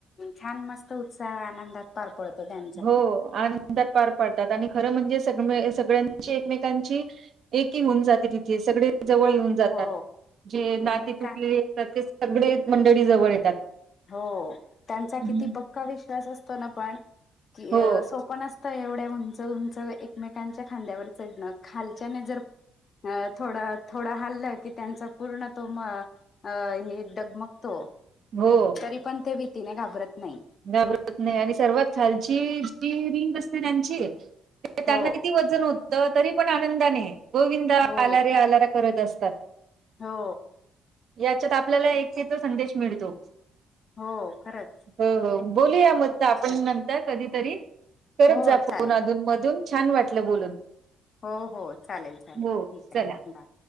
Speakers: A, on the left; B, on the right.
A: छान मस्त उत्साह, आनंदात पार पडतो त्यां
B: हो, आनंदात पार पाडतात, आणि खरं म्हणजे, सग सगळ्यांची एकमेकांची, एकी होऊन जाते, तिथे सगळे जवळ येऊन जातात,
A: हो
B: जे नाते
A: एकमेकां
B: तुटले तर ते, सगळे मंडळी जवळ येतात.
A: हो, त्यांचा
B: हं,
A: किती पक्का विश्वास असतो ना, पण की
B: हो,
A: सोप नसतं. एवढ्या, उंच -उंच एकमेकांच्या खांद्यावर चढणं, खालच्याने जर अ, थोडा -थोडं हल्लं की त्यांचा, पूर्ण तो हे डगमगतो,
B: हो,
A: तरी पण ते, भीतीने घाबरत नाही.
B: घाबरत नाही, आणि सर्वात खालची, जी रिंग असते त्यांची. त्यांना
A: हो.
B: किती वजन होतं, तरी पण आनंदाने, गोविंदा,
A: हो
B: आलारे आला करत असतात.
A: हो
B: याच्यात, आपल्याला एकीचा संदेश मिळतो.
A: हो, खरंच.
B: हो हो, बोलुया मत्त
A: खूप
B: आपण
A: छान
B: नंतर कधीतरी, करत
A: हो
B: जा फोन
A: चालेल
B: अधून मधून छान वाटलं बोलून.
A: हो हो, चालेल चालेल,
B: हो,
A: ठीक आहे
B: चला.
A: बाय.